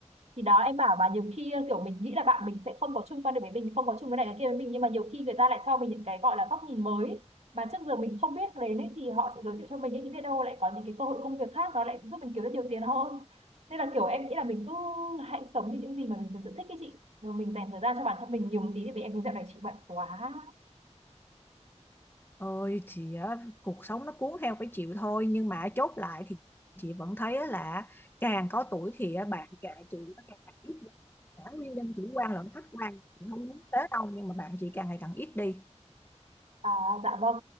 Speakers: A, on the right; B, on the left.
A: thì đó em bảo và nhiều khi kiểu mình nghĩ là bạn mình sẽ không có chung quan điểm với mình không có chung cái này cái kia với mình nhưng mà nhiều khi người ta lại cho mình những cái gọi là góc nhìn mới mà trước giờ mình không biết đến ấy, thì họ sẽ giới thiệu cho mình ấy, thì biết đâu lại có những cái cơ hội công việc khác nó lại giúp mình kiếm được nhiều tiền hơn nên là kiểu em nghĩ là mình cứ hãy sống như những gì mà mình thực sự thích cái chị rồi mình dành thời gian cho bản thân mình nhiều một tí vì em thấy dạo này chị bận quá
B: Ôi chị á, cuộc sống nó cuốn theo phải chịu thôi nhưng mà chốt lại thì chị vẫn thấy á là càng có tuổi thì á, bạn cả chị nó càng ít đi. cả nguyên nhân chủ quan lẫn khách quan chị không muốn thế đâu nhưng mà bạn chị càng ngày càng ít đi
A: À, dạ vâng.